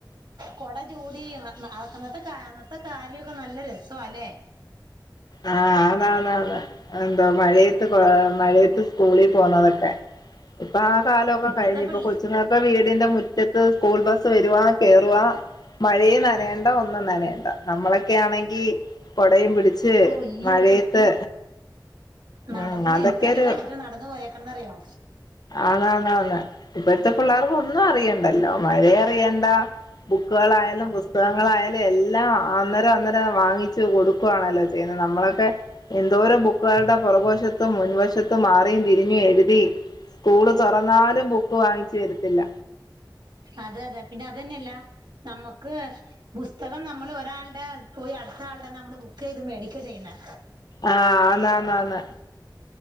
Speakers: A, on the right; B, on the left.
A: കൊട ചൂടി നടക്കുന്നത്തെ ക കാലയൊക്കെ നല്ല രസംല്ലേ
B: ആഹ അത അത അതാ എന്തോ മഴയത്ത് മഴയത്ത് സ്കൂളിൽ പോന്നതൊക്കെ ഇപ്പൊ ആ കാലമൊക്കെ
A: ഇപ്പത്തെ
B: കഴിഞ്ഞു
A: പിള്ളേ
B: ഇപ്പൊ കൊച്ചു നേരം ഇപ്പ വീടിന്റെ മുറ്റത്ത് സ്കൂൾ ബസ്സ് വരുവാ കേറവാ മഴയും നനേണ്ട ഒന്നും നനേണ്ട നമ്മളൊക്കെ ആണെങ്കി കൊടയും പിടി ച്ച്
A: ഓ അയ്യോ
B: മഴയത്ത്
A: നടന്ന്
B: ഉം അതൊക്കെ
A: എത്ര കിലോമീറ്റർ
B: ഒരു
A: നടന്ന് പോയേക്കണേന്നറിയോ
B: ആന്നാന്നാന്ന് ഇപ്പഴ്ത്തെ പിള്ളേർക്ക് ഒന്നും അറിയണ്ടല്ലോ മഴേം അറിയണ്ട ബുക്കുകളായാലും പുസ്തകങ്ങളായാലും എല്ലാം അന്നേരം അന്നേരം വാങ്ങിച്ചു കൊടുക്കുവാണല്ലോ ചെയ്യ് ചെയ്യുന്നെ നമ്മളൊക്കെ എന്തോരം ബുക്കുകളുടെ പുറകുവശത്തും മുൻവശത്തും മാറിയും തിരിഞ്ഞു എഴുതി സ്കൂള് തൊറന്നാലും ബുക്ക് വാങ്ങിച്ചു തരത്തില്ല
A: അതെ അതെ പിന്നെ അതന്നെയല്ല നമ്മക്ക് പുസ്തകം നമ്മൾ ഒരാൾടെ പോയി അടുത്ത ആളുടെ നമ്മള് ബുക്ക് ചെയ്ത് മേടിക്കാ ചെയ്യുന്നെ
B: ആഹ് ആന്നാന്നാന്ന്